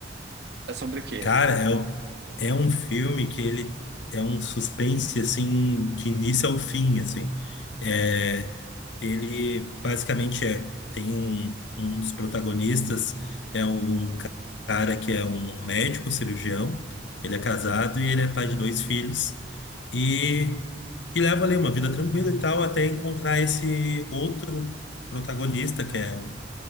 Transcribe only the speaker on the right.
É sobre o quê?